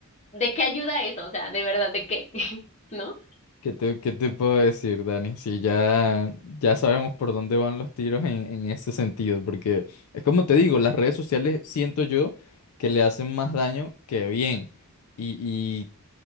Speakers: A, on the left; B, on the left.
A: de qué ayuda eso? O sea, de verdad, ¿de qué? <laughs> ¿No?
B: ¿Qué te, qué te puedo decir, Dani? Si ya, ya sabemos por dónde van los tiros en, en ese sentido, porque es como te digo, las redes sociales siento yo que le hacen más daño que bien. Y, y